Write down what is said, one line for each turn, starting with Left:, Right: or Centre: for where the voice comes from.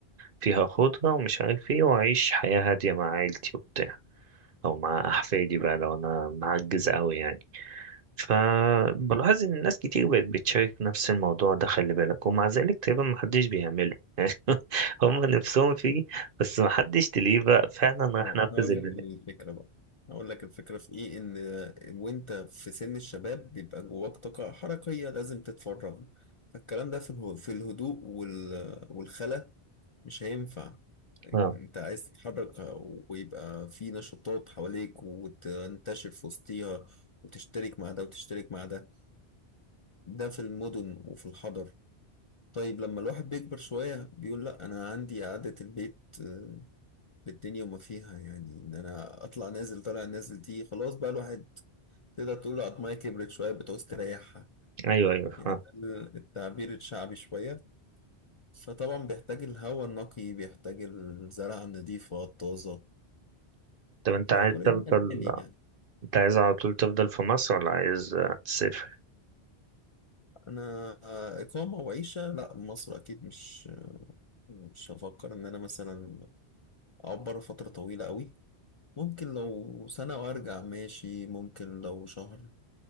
Right: فيها خضرة ومش عارف ايه واعيش حياة هادية مع عيلتي وبتاع او مع احفادي بقى لو انا معجز قوي يعني فبلاحظ ان ناس كتير بقت بتشارك نفس الموضوع ده خلي بالك ومع ذلك تقريبا محدش بيعمله <laughs> هم نفسهم فيه بس محدش تلاقيه بقى فعلا
Left: اه
Right: راح نفذ
Left: أنا هقول
Right: البناء
Left: لك الفكرة بقى هقول لك الفكرة في إيه إن وأنت في سن الشباب بيبقى جواك طاقة حركية لازم تتفرغ فالكلام ده في اله- في الهدوء وال- والخلا مش هينفع
Right: اه
Left: انت عايز تتحرك ويبقى في نشاطات حواليك وتنتشر في وسطيها وتشترك مع ده وتشترك مع ده ده في المدن وفي الحضر طيب لما الواحد بيكبر شوية بيقول لا أنا عندي قعدة البيت آه، بالدنيا وما فيها يعني إن أنا أطلع نازل طالع نازل دي خلاص بقى الواحد تقدر تقول عضماية كبرت شوية بتعوز تريحها
Right: ايوه ايوه فاهم
Left: يعني ده التعبير الشعبي شوية فطبعا بيحتاج الهواء النقي بيحتاج الزرع النظيفة الطازة
Right: طب انت
Left: فكل
Right: عايز تفضل
Left: دي أماني يعني
Right: انت عايز على طول تفضل في مصر ولا عايز آه، تسافر
Left: أنا إقامة وعيشة لا مصر أكيد مش مش هفكر إن أنا مثلا أقعد بره فترة طويلة قوي ممكن لو سنة وأرجع ماشي ممكن لو شهر